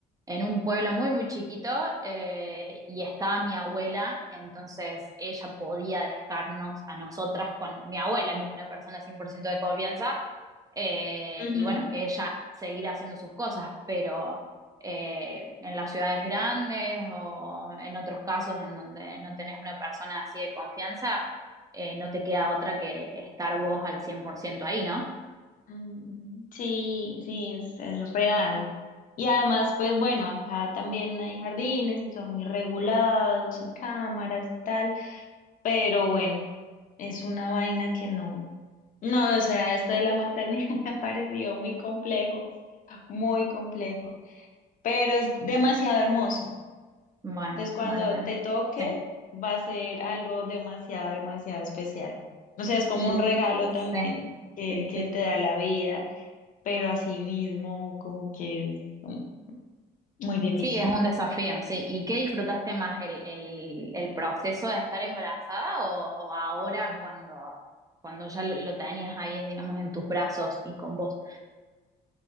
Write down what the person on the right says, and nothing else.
en un pueblo muy, muy chiquito eh, y estaba mi abuela, entonces ella podía dejarnos a nosotras con mi abuela, que es una persona 100% de confianza, eh,
y bueno, ella seguir haciendo sus cosas, pero... eh, en las ciudades grandes o en otros casos en donde no tenés una persona así de confianza, eh, no te queda otra que estar vos al 100% ahí, ¿no?
Bueno,
bueno, bueno.
Sí.
Y,
sí,
sí,
sí.
Sí, es un desafío, sí. ¿Y qué disfrutaste más, el, el, el proceso de estar embarazada o, o ahora cuando, cuando ya lo, lo tenías ahí, digamos, en tus brazos y con vos?